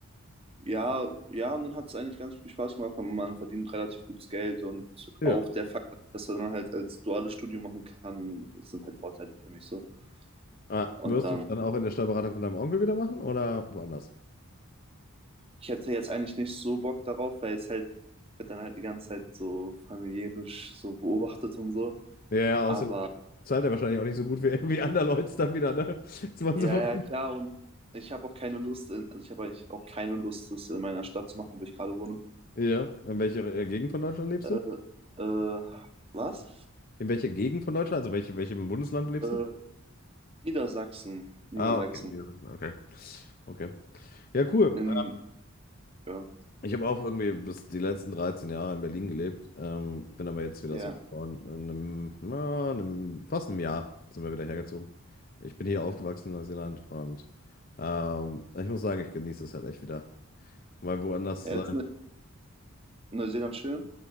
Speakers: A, on the right; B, on the left.
A: ja, ja, und dann hat es eigentlich ganz viel Spaß gemacht. Man, man verdient relativ gutes Geld und
B: Ja.
A: auch der Fakt, dass man halt als duales Studium machen kann, sind halt Vorteile für mich so.
B: Ah,
A: Und
B: wirst
A: dann,
B: du es dann auch in der Steuerberatung von deinem Onkel wieder machen oder woanders?
A: ich hätte jetzt eigentlich nicht so Bock darauf, weil es halt, ich werde dann halt die ganze Zeit so familiärisch so beobachtet und so.
B: Ja, ja,
A: Aber
B: außerdem zahlt er wahrscheinlich auch nicht so gut wie, wie andererorts dann wieder, ne? Das war
A: ja,
B: so- voll-
A: ja, klar, und ich habe auch keine Lust, in, also ich habe eigentlich auch keine Lust, das in meiner Stadt zu machen, wo ich gerade wohne.
B: Ja. In welcher äh, Gegend von Deutschland lebst
A: Äh,
B: du?
A: äh, was?
B: In welcher Gegend von Deutschland? Also welche, welchem Bundesland lebst
A: Äh,
B: du?
A: Niedersachsen. Niedersachsen.
B: Ah, okay. Okay. Okay. Ja, cool.
A: In, ja,
B: Ich habe auch irgendwie bis die letzten 13 Jahre in Berlin gelebt, ähm, bin aber jetzt wieder
A: ja.
B: so vor einem, na, einem, fast einem Jahr sind wir wieder hergezogen. Ich bin hier aufgewachsen in Neuseeland und ähm, ich muss sagen, ich genieße es halt echt wieder, mal woanders
A: Er
B: zu
A: ist
B: sein.
A: in Neuseeland schön.